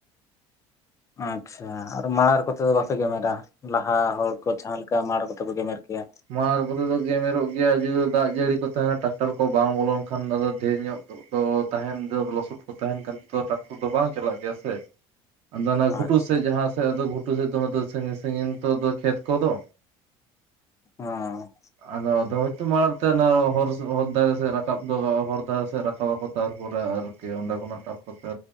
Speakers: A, on the left (about 25°); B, on the right (about 60°).
A: ᱟᱪᱪᱷᱟ ᱟᱨ ᱢᱟᱲᱟᱨ ᱠᱚᱛᱮ ᱵᱟᱯᱮ ᱜᱮᱢᱮᱨ ᱞᱟᱦᱟ ᱦᱚᱲ ᱠᱚ ᱡᱟᱦᱟᱸ ᱞᱮᱠᱟ ᱢᱟᱲ ᱠᱚᱛᱮ ᱠᱚ ᱜᱮᱢᱮᱨ ᱠᱮᱭᱟ
B: ᱢᱟᱲᱟᱨ ᱠᱚᱛᱮ ᱫᱚ ᱜᱮᱢᱮᱨᱚᱜ ᱜᱮᱭᱟ ᱡᱩᱫᱤ ᱫᱟᱜ ᱡᱟᱹᱲᱤ ᱠᱚ ᱛᱟᱦᱮᱱᱟ ᱴᱟᱠᱴᱟᱨ ᱠᱚ ᱵᱟᱝ ᱵᱚᱞᱚᱱ ᱠᱷᱟᱱ ᱟᱫᱚ ᱰᱷᱮᱨ ᱧᱚᱜ ᱱᱤᱛᱚᱜ ᱫᱚ ᱛᱟᱦᱮᱱ ᱫᱚ ᱞᱚᱥᱚᱫ ᱠᱚ ᱛᱟᱦᱮᱱ ᱠᱟᱱ ᱚ ᱴᱨᱟᱠᱴᱚᱨ ᱫᱚ ᱵᱟᱝ ᱪᱟᱞᱟᱜ ᱜᱮᱭᱟ ᱥᱮ ᱟᱫᱚ ᱚᱱᱟ ᱜᱷᱩᱴᱩ
A: ᱟᱪᱪᱷᱟ
B: ᱥᱮ ᱡᱟᱦᱟᱸ ᱥᱮ ᱫᱚ ᱜᱷᱩᱴᱩ ᱥᱮᱫ ᱫᱚ ᱟᱫᱚ ᱥᱟᱺᱜᱤᱧ ᱥᱟᱺᱜᱤᱧ ᱱᱤᱛᱚᱜ ᱫᱚ ᱠᱷᱮᱛ ᱠᱚᱫᱚ।
A: ᱟᱸ
B: ᱟᱫᱚ ᱦᱳᱭᱛᱳ ᱢᱟᱲᱟᱝ ᱛᱮ ᱦᱚᱨ ᱦᱚᱨ ᱫᱷᱟᱨᱮ ᱥᱮᱫ ᱨᱟᱠᱟᱵ ᱫᱚ ᱦᱚᱨ ᱫᱷᱟᱨᱮ ᱥᱮᱫ ᱨᱟᱠᱟᱵ ᱟᱠᱚ ᱛᱟᱨᱯᱚᱨᱮ ᱟᱨ ᱠᱤ ᱚᱸᱰᱮ ᱠᱷᱚᱱᱟᱜ ᱴᱟᱠ ᱠᱚᱛᱮ